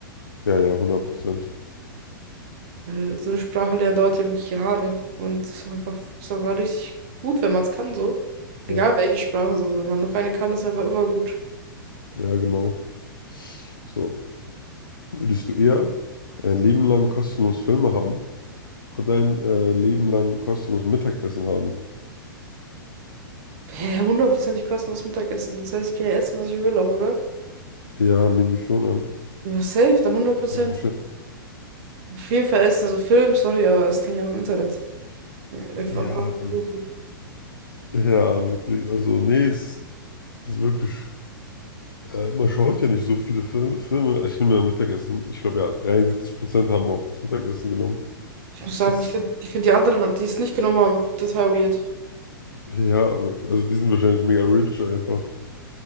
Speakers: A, on the left (about 75°); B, on the right (about 40°).
A: Ja, ja, 100%.
B: Weil so eine Sprache lernen dauert ja wirklich Jahre. Und es ist auch einfach ist aber richtig gut, wenn man es kann, so. Egal
A: Ja,
B: welche Sprache so. Wenn man noch eine kann, ist einfach immer gut.
A: ja, genau. So, würdest du eher dein Leben lang kostenlos Filme haben oder dein äh, Leben lang kostenlos Mittagessen haben?
B: Hä, hundertprozentig kostenloses Mittagessen. Das heißt, ich kann ja essen, was ich will auch, oder?
A: Ja, nehme ich schon an.
B: Ja, safe, dann 100%.
A: Also, wahrscheinlich-
B: Auf jeden Fall ist es so Film, sorry, aber das kann ich auch im Internet einfach
A: ja, also,
B: suchen.
A: ja, wirklich. Also, nee, es ist wirklich. Äh, man schaut ja nicht so viele Filme. Filme. Ich nehme ja Mittagessen. Ich glaube, ja, 73% haben auch das Mittagessen genommen.
B: Ich muss sagen,
A: Ist,
B: ich finde ich find die anderen, die es nicht genommen haben, total weird.
A: ja, wirklich. Also, die sind wahrscheinlich mega rich einfach.